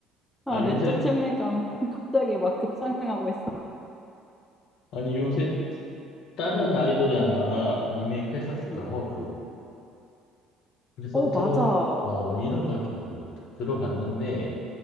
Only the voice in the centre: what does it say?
아,
내적
친밀감 <laughs> 갑자기 막 급상승하고 있어.
응,
응, 응.
어,
맞아.